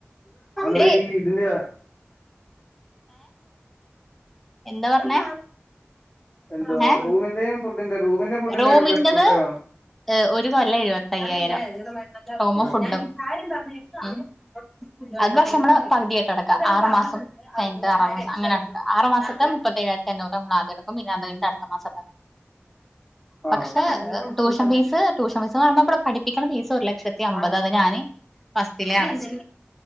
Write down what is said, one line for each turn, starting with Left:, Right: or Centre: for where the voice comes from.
Left: അന്നേരം
Centre: ങേ
Left: ഈ ഇതിന്റെ
Centre: എന്താ പറഞ്ഞെ
Left: എന്തുവാ
Centre: ങേ
Left: റൂമിന്റെയും ഫുഡിന്റെ റൂമിന്റെ ഫുഡിന്റെ
Centre: റൂമിന്റത്
Left: ഒക്കെ പ്രത്യേകമാണോ
Centre: ഏ ഒരു കൊല്ല എഴുപത്തയ്യായിരം റൂമും
Left: ഓ
Centre: ഫുഡും
Left: ഓ
Centre: ഉ അത് പക്ഷെ മ്മള് പക്‌തി ട്ടടക്ക ആറ് മാസം കയ്ഞ്ഞിട്ട് ആറാം മാസം അങ്ങനടക്കാ ആറ് മാസം ഇപ്പം മുപ്പത്തേഴായിരത്തി എണ്ണൂറ് നമ്മളാദ്യം അടക്കും പിന്നെ അത് കഴിഞ്ഞിട്ടട്ത്ത മാസം <unintelligible> പക്ഷെ
Left: ആ
Centre: ഏഹ് ട്യൂഷൻ ഫീസ് ട്യൂഷൻ ഫീസ്ന്ന് പറ <unintelligible> പഠിപ്പിക്ക്ന്ന ഫീസ് ഒര് ലക്ഷത്തി അമ്പത് അത് ഞാന് ഫസ്റ്റിലേ അടച്ച്